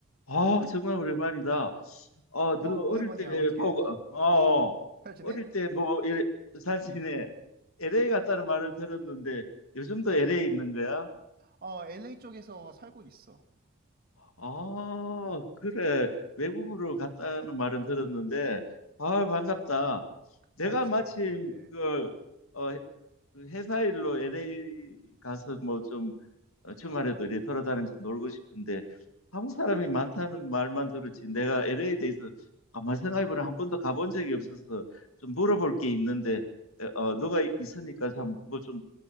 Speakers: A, on the left; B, on the right.
A: 아, 정말 오랜만이다. 아,
B: 어,
A: 너
B: 오랜만이야.
A: 어릴 때
B: 어떻게?
A: 보고, 어,
B: 잘 지내?
A: 어릴 때 뭐, 이래, 사진에 LA 갔다는 말을 들었는데 요즘도 LA 있는 거야?
B: 어, LA 쪽에서 살고 있어.
A: 아, 그래. 외국으로 갔다는 말은 들었는데, 아, 반갑다. 내가
B: 어, <laughs> 진짜
A: 마침
B: 오랜만이네.
A: 그, 어, 해- 그 회사 일로 LA 가서 뭐좀 어, 주말에도 이렇게 돌아다니면서 놀고 싶은데 한국 사람이 많다는 말만 들었지 내가 LA에 대해서 아마 생각해보면 한 번도 가본 적이 없어서 좀 물어볼 게 있는데 에, 어, 너가 이- 있으니까 참 뭐 좀